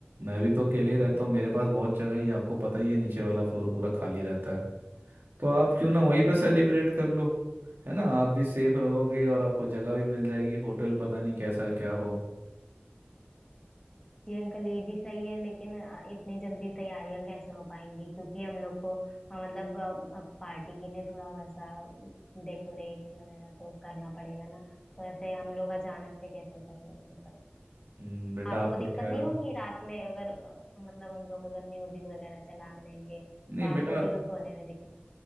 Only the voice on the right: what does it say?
मैं भी तो अकेले ही रहता
हूँ मेरे पास बहुत जगह ही है, आपको पता ही है नीचे वाला फ्लोर पूरा खाली रहता है तो आप क्यों ना वहीं
पे सेलिब्रेट कर लो है ना आप भी सेफ रहोगे और आपको जगह भी मिल जाएगी होटल पता नहीं कैसा क्या हो
हम्म, बेटा
आप
तो कह
रहे हो
नहीं
बेटा